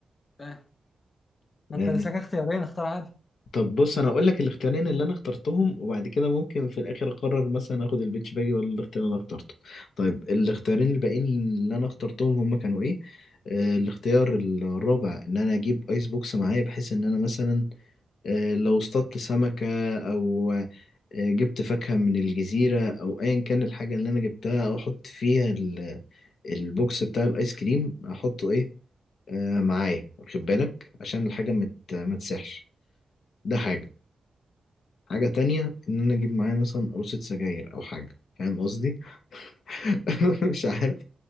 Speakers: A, on the left (about 40°); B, on the left (about 85°).
A: فاهم ما
B: يعني
A: انت لسه اختيارين اختار عادي
B: طب بص انا هقول لك الاختيارين اللي انا اخترتهم وبعد كده ممكن في الاخر اقرر مثلا اخد البيتش باجي ولا الاختيار اللي انا اخترته طيب الاختيارين الباقيين اللي انا اخترتهم هم كانوا ايه آه الاختيار الرابع ان انا اجيب ايس بوكس معايا بحيث ان انا مثلا آه لو اصطدت سمكة او آه جبت فاكهة من الجزيرة او ايا كان الحاجة اللي انا جبتها او احط فيها ال- البوكس بتاع الايس كريم احطه ايه آه معايا واخد بالك عشان الحاجة ما مت... ما تسحش ده حاجة حاجة تانية إن أنا أجيب معايا مثلا قروصة سجاير أو حاجة فاهم قصدي؟ <laughs> مش عارف